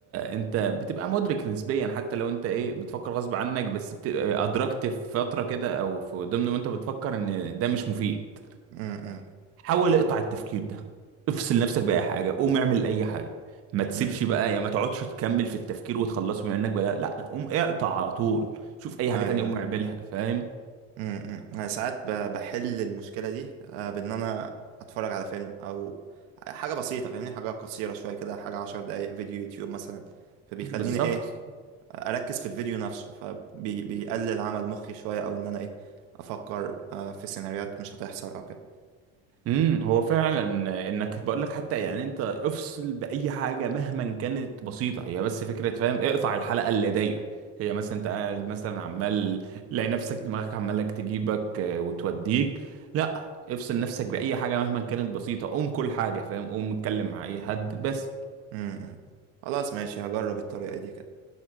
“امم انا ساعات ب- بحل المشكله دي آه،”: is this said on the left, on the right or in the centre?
Right